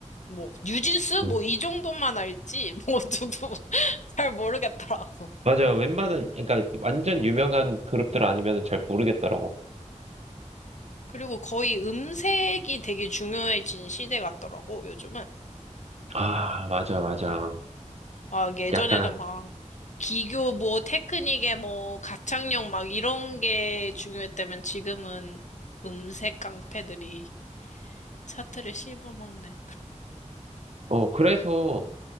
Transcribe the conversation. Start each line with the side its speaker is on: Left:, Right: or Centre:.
Left: 뭐, 뉴진스?
Right: 응.
Left: 뭐, 이 정도만 알지? 뭐, 누구, <laughs> 잘 모르겠더라고.
Right: 맞아. 웬만한, 그러니까 완전 유명한 그룹들 아니면 잘 모르겠더라고.
Left: 그리고 거의 음색이 되게 중요해진 시대 같더라고, 요즘은.
Right: 아, 맞아, 맞아.
Left: 막 예전에는
Right: 약간,
Left: 막 기교 뭐 테크닉에 뭐 가창력 막 이런 게 중요했다면 지금은 음색 깡패들이 차트를 씹어먹는.
Right: 어, 그래서,